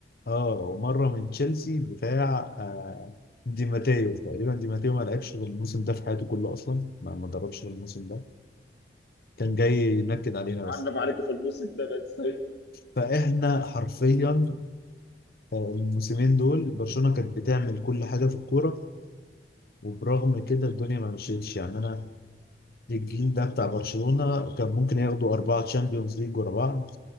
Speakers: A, on the left; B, on the left.
A: اه ومره من تشيلسي بتاع آه دي ماتيو تقريبا دي ماتيو ما لعبش غير الموسم ده في حياته كله اصلا ما ما دربش غير الموسم ده كان جاي ينكد علينا بس
B: عندنا عليكم في الموسم ده بس
A: فاحنا حرفيا آه، الموسمين دول برشلونه كانت بتعمل كل حاجه في الكوره وبرغم كده الدنيا ما مشيتش يعني انا الجيل ده بتاع برشلونة كان ممكن ياخدوا أربعة تشامبيونز ليج ورا بعض